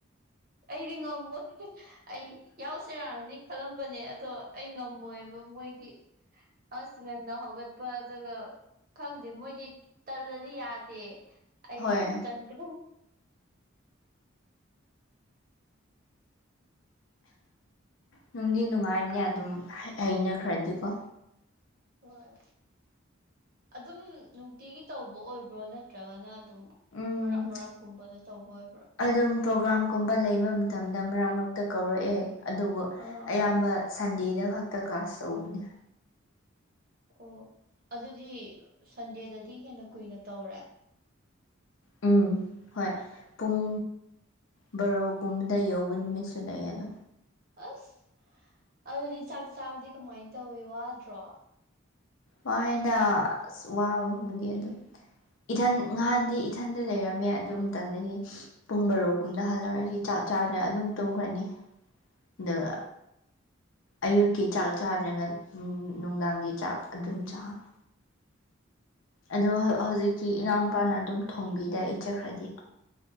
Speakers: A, on the right; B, on the left.
A: ꯑꯩꯗꯤ ꯉꯝꯃꯣꯏ ꯑꯩ ꯌꯥꯎꯁꯤꯔꯥꯅꯗꯤ ꯈꯜꯂꯝꯕꯅꯦ ꯑꯗꯣ ꯑꯩ ꯉꯝꯃꯣꯏꯕ ꯃꯣꯏꯒꯤ ꯑꯁ ꯉꯟꯅ ꯍꯧꯒꯠꯄ ꯑꯗꯨꯒ ꯈꯪꯗꯦ ꯃꯣꯏꯗꯤ ꯇꯜꯂꯗꯤ ꯌꯥꯗꯦ ꯑꯩꯗꯤ
B: ꯍꯣꯏ
A: ꯌꯥꯝ ꯇꯟꯒ
B: ꯅꯨꯡꯗꯤ ꯅꯨꯡꯉꯥꯏꯕꯅꯦ ꯑꯗꯨꯝ ꯍꯩꯅꯈ꯭ꯔꯗꯤꯀꯣ
A: ꯍꯣꯏ ꯑꯗꯨꯝ ꯅꯨꯡꯇꯤꯒꯤ ꯇꯧꯕ ꯑꯣꯏꯕ꯭ꯔꯣ ꯅꯠꯇ꯭ꯔꯒꯅ ꯑꯗꯨꯝ
B: ꯎꯝ
A: ꯃꯔꯛ ꯃꯔꯛꯀꯨꯝꯕꯗ ꯇꯧꯕ ꯑꯣꯏꯕ꯭ꯔꯥ
B: ꯑꯗꯨꯝ ꯄ꯭ꯔꯣꯒꯥ꯭ꯔꯥꯝꯒꯨꯝꯕ ꯂꯩꯕ ꯃꯇꯝꯗ ꯃꯔꯛ ꯃꯔꯛꯇ ꯀꯧꯔꯛꯑꯦ ꯑꯗꯨꯕꯨ
A: ꯑꯥ
B: ꯑꯌꯥꯝꯕ ꯁꯟꯗꯦꯗ ꯈꯛꯇ ꯀ꯭ꯂꯥꯁ ꯇꯧꯕꯅꯦ
A: ꯑꯣ ꯑꯗꯨꯗꯤ ꯁꯟꯗꯦꯗꯗꯤ ꯍꯦꯟꯅ ꯀꯨꯏꯅ ꯇꯧꯔꯦ
B: ꯎꯝ ꯍꯣꯏ ꯄꯨꯡ ꯕꯥꯔꯣ ꯀꯨꯝꯕꯗ ꯌꯧꯕ ꯅꯨꯃꯤꯠꯁꯨ ꯂꯩ ꯑꯗꯣ
A: ꯑꯁ ꯑꯗꯨꯗꯤ ꯆꯥꯛ ꯆꯥꯕꯗꯤ ꯀꯃꯥꯏꯅ ꯇꯧꯋꯤ ꯋꯥꯗ꯭ꯔꯣ
B: ꯋꯥꯅ ꯑꯁ ꯋꯥꯕꯕꯨꯅꯤ ꯑꯗꯨ ꯏꯊꯟ ꯉꯍꯥꯟꯗꯤ ꯏꯊꯟꯗ ꯂꯩꯔꯝꯃꯦ ꯑꯗꯨ ꯃꯇꯝꯗꯒꯤ ꯄꯨꯡ ꯕꯔꯣꯛꯒꯨꯝꯗ ꯍꯖꯔꯛꯑꯁꯤ ꯆꯥꯛ ꯆꯥꯅ ꯑꯗꯨꯝ ꯇꯨꯝꯈ꯭ꯔꯅꯤ ꯑꯗꯨꯒ ꯑꯌꯨꯛꯀꯤ
A: ꯎꯝ
B: ꯆꯥꯛ ꯆꯥꯗ꯭ꯔꯒ ꯅꯨꯡꯗꯥꯡꯒꯤ ꯆꯥꯛ ꯑꯗꯨꯝ ꯆꯥꯕ ꯑꯗꯣ ꯍꯧꯖꯤꯛꯇꯤ ꯏꯅꯥꯎꯄꯥꯅ ꯑꯗꯨꯝ ꯊꯣꯡꯕꯤꯗ ꯑꯩ ꯆꯠꯈ꯭ꯔꯗꯤ